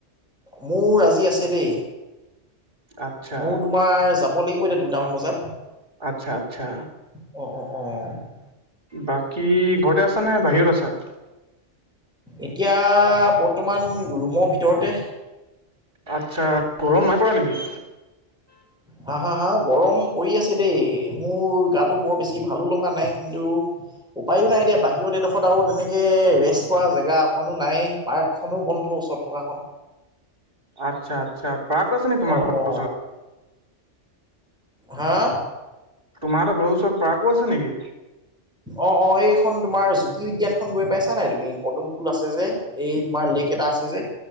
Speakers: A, in the centre; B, on the right.
A: মোৰ আজি আছে দেই।
B: আচ্ছা
A: মোৰো তোমাৰ যাব লাগিব এতিয়া দুটামান বজাত।
B: আচ্ছা আচ্ছা।
A: অ-অ-অ।
B: বাকী ঘৰতে আছা নে বাহিৰত আছা?
A: এতিয়া বৰ্তমান ৰুমৰ ভিতৰতে।
B: আচ্ছা গৰম নাইপৰা নেকি?
A: হা-হা-হা গৰম পৰি আছে দেই মোৰ গাটো বৰ বেছি ভালো লগা নাই কিন্তু উপায়ো নাই এতিয়া বাহিৰত এডোখৰত আৰু তেনেকৈ ৰেষ্ট কৰা জেগা অকণো নাই। পাৰ্কখনো বন্ধ ওচৰত থকাখন।
B: আচ্ছা আচ্ছা প্ৰাক আছে ন তোমাৰ
A: অ
B: ঘৰৰ
A: অ
B: ওচৰত?
A: হা?
B: তোমাৰ ঘৰৰ ওচৰত প্ৰাক আছে নেকি?
A: অ অ এইখন তোমাৰ জ্যোতি উদ্যানখন গৈ পাইছা নাই তুমি? পদুম ফুল আছে যে। এই তোমাৰ লেক এটা আছে যে।